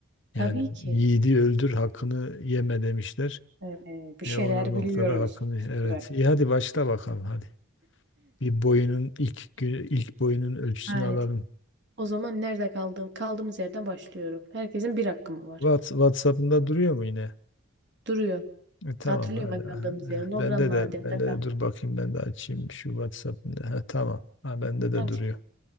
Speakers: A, on the right (about 55°); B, on the left (about 55°).
A: Tabii
B: Yani
A: ki.
B: yiğidi öldür hakkını yeme demişler.
A: Ee, bir
B: E
A: şeyler
B: o, o noktada
A: biliyoruz
B: hakkını
A: biz
B: evet.
A: de.
B: İyi hadi başla bakalım hadi. Bir boyunun ilk gü- ilk boyunun ölçüsünü
A: Haydi.
B: alalım.
A: O zaman nerede kaldığım kaldığımız yerden başlıyorum. Herkesin bir hakkı mı var?
B: What- WhatsApp'ında duruyor mu yine?
A: Duruyor.
B: E, tamam
A: Hatırlıyorum
B: hadi.
A: ben
B: Eh,
A: kaldığımız yeri. Nobran
B: Bende
A: Nadir'de
B: de bende de dur bakayım ben de açayım şu WhatsApp'ını. Ha, tamam. Ha, bende de
A: Okey.
B: duruyor.